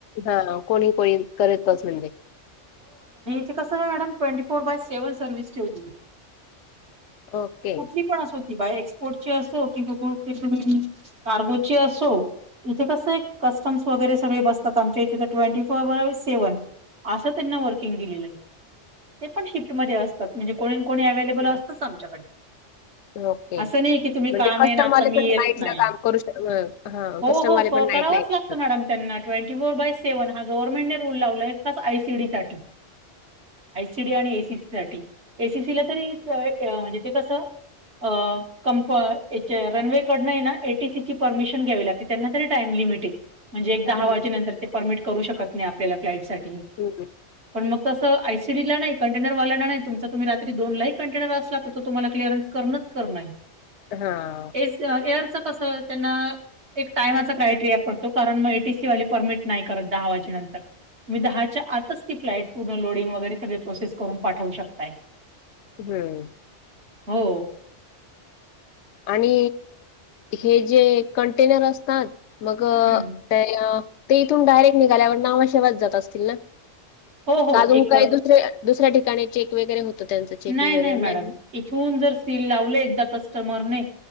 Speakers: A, on the left; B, on the right.
A: हा कोणी कोणी करतच म्हणजे.
B: ते कसं मॅडम ट्वेटी फोर बाय सेव्हन सर्विस ठेवली.
A: ओके.
B: कुठली पण अस ती बाय एक्सपोर्ट कि तुम कारगच अस <unintelligible> सो इथे कसं कस्टम्स वगैरे सगळे बसतात आमच्या इथे ट्वेंटी फोर बाय सेव्हन असं
A: हं.
B: त्यांना वर्किंग दिलेलं आहे. ते पण शिफ्टमध्ये असतात. म्हणजे कोणी
A: हं.
B: कोणी अवेलेबल असतच आमच्याकडे.
A: ओके.
B: असं नाही की तुम्ही
A: म्हणजे
B: काम
A: कस्टमवाले
B: आहे ना आता मी
A: पण
B: येत
A: नाईट
B: नाही
A: ला काम करू शक हा
B: हो
A: कस्टमवाले
B: हो क
A: पण नाईट
B: करावंच
A: ला येतात.
B: लागतं मॅडम त्यांना ट्वेटी फोर बाय सेव्ह हा गव्हर्नमेंट न रूल लावलाय आय सी डी साठी. आय सी डी आणि ए सी साठी ए सी ए सी ला तरी ते कस <unintelligible> <unintelligible> रनवेकडनं आहे ना ए टी सी ची परमिशन घ्यावी लागते त्यांना तरी टाइम लिमिटेड आहे. म्हणजे एक दहा
A: हा.
B: वाजे नंतर परमिट करू शकत नाही आपल्या फ्लाईट साठी
A: हम्म हम्म.
B: पण मग तस आय सी सी सडी नाही कंटनर वाल्यांना नाही तुमचा तुम्ही रात्री दोन ला कंटनर असला तर तुमला क्लिअरनस करणच करण आहे.
A: हा.
B: ए एअरच कस त्यांना एक टायमाच क्रायटेरिया पण तो कारण मग ए टी सी वाली परमिट नाही करत दहा वाजेनंतर मी दहाच्या आतच ती फ्लाईट पूर्ण लोडिंग वगैरे सग प्रोसेस करून पाठवू शकता.
A: हम्म.
B: हो.
A: आणि हे जे कंटेनर असतात मग
B: हम्म
A: ते ते इथून डायरेक्ट निघाल्यावर नावाशेवाात जात असतील ना?
B: हो हो
A: अजून
B: एक
A: काही दुसऱ्या दुसऱ्या ठिकाणी चेक वगैरे होत त्यांचं चेकिंग
B: नाही
A: वगैरे
B: मॅडम
A: नाही.
B: इथून जर सील लावल एकदा कस्टमरने